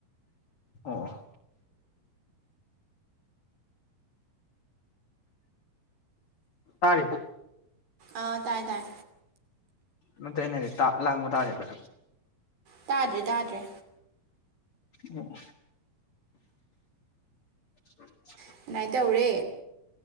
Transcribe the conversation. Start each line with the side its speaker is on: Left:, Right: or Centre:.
Left: ꯑꯣ ꯇꯥꯔꯤꯕ
Right: ꯑꯥ ꯇꯥꯏ ꯇꯥꯏ
Left: ꯅꯠꯇꯦ ꯑꯩ ꯅꯥ ꯍꯥꯏꯗꯤꯕꯂꯥꯡꯕ ꯇꯥꯔꯤꯕ꯭ꯔꯥ
Right: ꯇꯥꯗ꯭ꯔꯦ ꯇꯥꯗ꯭ꯔꯦ
Left: ꯑꯣ <unintelligible>
Right: ꯑꯗꯨꯨꯃꯥꯏꯅ ꯇꯧꯔꯦ